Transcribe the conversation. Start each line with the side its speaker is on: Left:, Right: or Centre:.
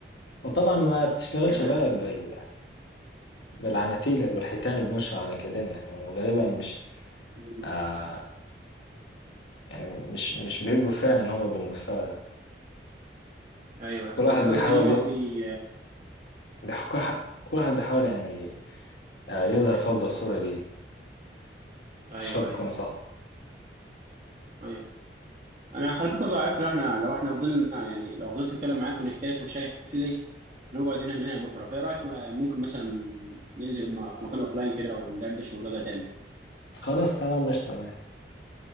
Left: وطبعا ما تشتغلش
Right: تمام
Left: بالك بال... بالعناتيل والحيتان اللي بيمشوا على كتان يعني وغالبا مش
Right: م-
Left: آه يعني مش مش بيبقوا فعلا ان هم بالمستوى ده
Right: ايوه
Left: كل واحد
Right: انت قصدك
Left: بيحاول
Right: ان هما
Left: ي...
Right: بي
Left: بيح... كل ح- كل واحد بيحاول يعني آه يظهر في افضل صوره ليه
Right: ايوه
Left: مش شرط
Right: ايوه
Left: تكون صح
Right: ايوه انا خلي بالك برضه على فكره احنا لو احنا فضلنا يعني لو فضلت اتكلم معاك ونحكي لك مشاكلي نقعد هنا من هنا لبكره فايه رايك ما- ممكن مثلا ننزل مع- في مكان اوف لاين كده وندردش الموضوع ده تاني
Left: خلاص تمام مش تمام